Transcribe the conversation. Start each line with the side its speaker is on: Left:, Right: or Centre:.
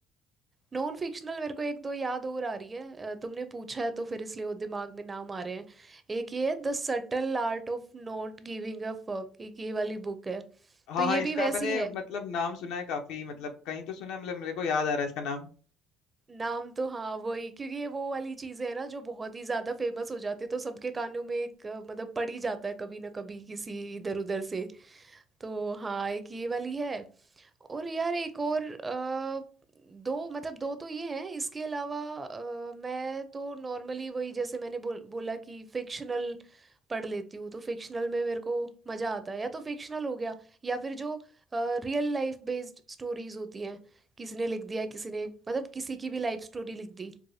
Right: नॉन फिक्शनल मेरे को एक दो याद और आ रही है अ, तुमने पूछा है तो फिर इसलिए वो दिमाग में नाम आ रहे हैं एक ये the subtle art of not giving a fuck एक ये वाली बुक है
Left: हाँ
Right: तो ये
Left: हाँ इसका
Right: भी वैसी
Left: मैंने
Right: है
Left: मतलब नाम सुना है काफी मतलब कहीं तो सुना है मतलब मेरे को याद आ रहा है इसका नाम
Right: नाम तो हाँ वही क्योंकि ये वो वाली चीजें हैं ना जो बहुत ही ज्यादा फेमस हो जाती है तो सबके कानों में एक अ, मतलब पड़ ही जाता है कभी ना कभी किसी इधर उधर से तो हाँ एक ये वाली है और यार एक और अ, दो मतलब दो तो ये हैं इसके अलावा अ, मैं तो नॉर्मली वही जैसे मैंने बोल, बोला कि फिक्शनल पढ़ लेती हूँ तो फिक्शनल में मेरे को मज़ा आता है या तो फिक्शनल हो गया या फिर जो रियल लाइफ बेस्ड स्टोरीज होती हैं किसी ने लिख दिया किसी ने मतलब किसी की भी लाइफ स्टोरी लिख दी